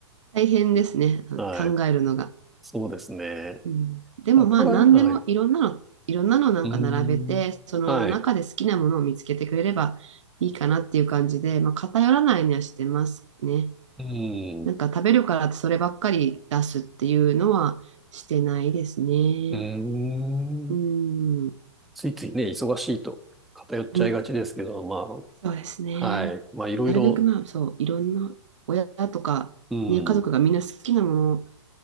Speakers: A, on the right; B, in the centre.
A: 大変ですね。
B: はい。
A: 考えるのが。
B: そうですね。
A: うん、でもまあ何でもいろんなの、
B: タコライ、はい。う
A: いろんなのなんか並べて、
B: ーん、
A: その中で好きなものを見つけてくれればいいかなっていう感じで、
B: はい。
A: まあ偏らないようにはしてますね。
B: うーん、
A: なんか食べるからってそればっかり出すっていうのはしてないですね。
B: うーん。
A: うん。
B: ついついね、忙しいと偏っちゃいがちですけど、
A: うん
B: ま
A: そうですね。
B: あ、はい。まあ、いろいろ、
A: なるべくまあそう、いろんな親とか、
B: うん、
A: ね、家族がみんな好きなも